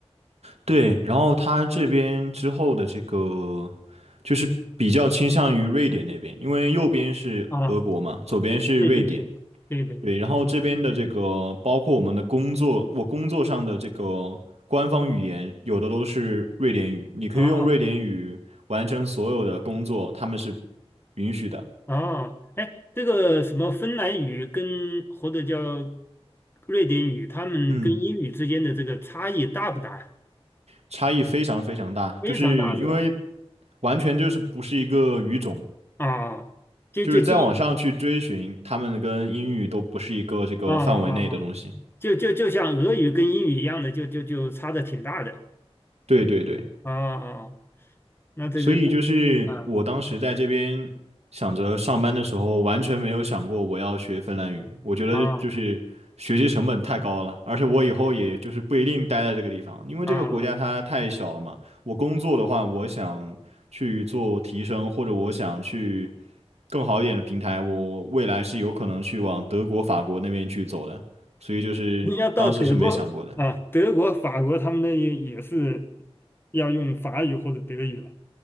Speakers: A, on the right; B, on the left.
A: 对，然后他这边之后的这个就是比较倾向于瑞典那边，因为右边是俄国嘛，
B: 啊，
A: 左边是瑞典，
B: 对对对对对对，
A: 对，然后这边的这个包括我们的工作，我工作上的这个官方语言有的都是瑞典语，你可以用瑞典语完成所有的工作，
B: 哦
A: 他们是允许的。
B: 哦，哎，这个什么芬兰语跟或者叫瑞典语，他们跟英语之间的这个差异大不大呀？
A: 嗯，差异非常非常大，
B: 非常大是吧？
A: 就是因为完全就是不是一个语种。
B: 啊，就就就
A: 就是再往上去追寻，他们跟英语都不是一个这个范围内的东西。
B: 啊啊啊！就就就像俄语跟英语一样的，就就就差的挺大的
A: 对对对，
B: 啊啊，那这个
A: 所以就是我当时在这边想着上班的时候，
B: 嗯，
A: 完全没有想过我要学芬兰语。我觉得就是学习成本太高了，
B: 啊
A: 而且我以后也就是不一定待在这个地方，因为这个国家它太小了嘛。
B: 啊，
A: 我工作的话，我想去做提升，或者我想去。更好一点的平台，我未来是有可能去往德国、法国那边去走的，所以就是当时是没想过的。
B: 你要到德国啊，德国、法国他们那也也是要用法语或者德语了